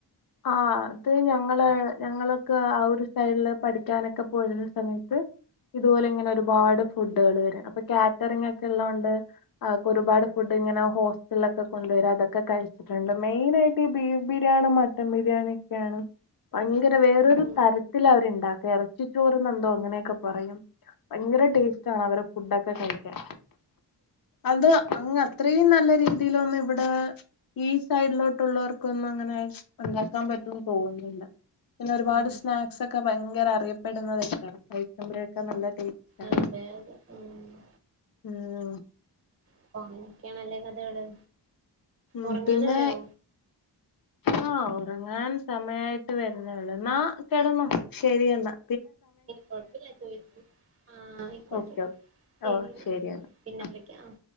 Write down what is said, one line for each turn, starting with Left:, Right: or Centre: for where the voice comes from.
Left: ആഹ് അത് ഞങ്ങള് ഞങ്ങളൊക്കെ ആ ഒരു സൈഡില് പഠിക്കാനൊക്കെ പോയിരുന്ന സമയത്ത് ഇതുപോലിങ്ങനെ ഒരുപാട് ഫുഡുകള് വരും. അപ്പൊ കാറ്ററിംഗ് ഒക്കെ ഉള്ളതോണ്ട് ഒരുപാട് ഫുഡ് ഇങ്ങനെ ഹോസ്റ്റലിലൊക്കെ കൊണ്ടുവരും അതൊക്കെ കഴിച്ചിട്ടുണ്ട്. മെയിനായിട്ട് ഈ ബീഫ് ബിരിയാണിമ് ട്ടൻ ബിരിയാണിയൊക്കെയാണ് അ തിര വേറൊരു
Right: ഉം
Left: തരത്തിലവരുണ് ണ്ടാക്ക ഇറച്ചിച്ചോറന്നന്തോ അങ്ങനെയൊക്കെ പറയും. ഭയങ്കര ടേസ്റ്റ് ആണ് അവർടെ ഫുഡൊക്കെ കഴിക്കാൻ. അത് അങ്ങത്രേ ന ല്ല രീതിയിലൊന്നും ഇവിടെ ഈ സൈഡിലോട്ടൊള്ളവർക്കൊന്നും അങ്ങനെ ഉണ്ടാക്കാൻ പറ്റുംന്ന് തോന്നുന്നില്ല പിന്നെ ഒരുപാട്
Right: ഉം
Left: സ്നാക്സ് ഒക്കെ ഭയങ്കര അറിയപ്പെടുന്നതൊക്കെയാണ് കഴിക്കുമ്പോഴൊക്കെ നല്ല ടേസ്റ്റ് ആണ്
Right: അതെയതെ ഉം-
Left: ഉം-
Right: പ്പം അങ്ങനെക്കെയാണല്ലേ കഥകള്?
Left: ഉം
Right: ഉറങ്ങാനായോ
Left: പിന്നേ ആ ഒറങ്ങാൻ സമയായിട്ട് വരുന്നേള്ളൂ എന്നാ കെടന്നോ ശരിയെന്നാ.
Right: കൊഴപ്പില്ല ചോദി ആ ആയിക്കോട്ടെ
Left: ഓക്കെ ഓക്കെ
Right: ശരി,
Left: ഓ
Right: എന്നാ
Left: എന്നാ
Right: പിന്നെ വിളിക്കാം.